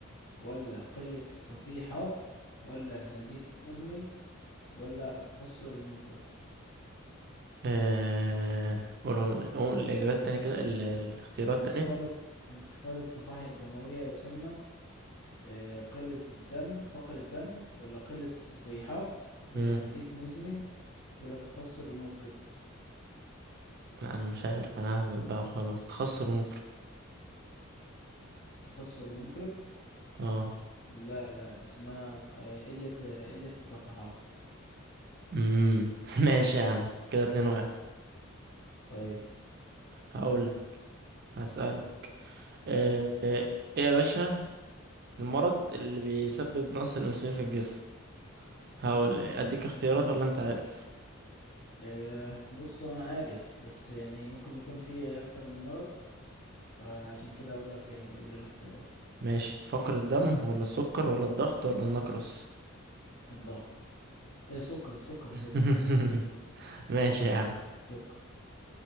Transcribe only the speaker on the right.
آه... قولهم قول الإجابات تاني كده ال- الاختيارات
تاني
مم.
لا أنا مش عارف أنا ههبط بقى وخلاص تخسر مفرط
اه
مم. <laughs> ماشي يا عم كده اتنين واحد
هقول هسألك آه...
ايه يا باشا المرض اللي بيسبب نقص الأنسولين في الجسم هقول إيه، اديك اختيارات ولا انت عارف
ماشي فقر الدم ولا السكر ولا الضغط ولا النقرس
<laughs>
ماشي يا عم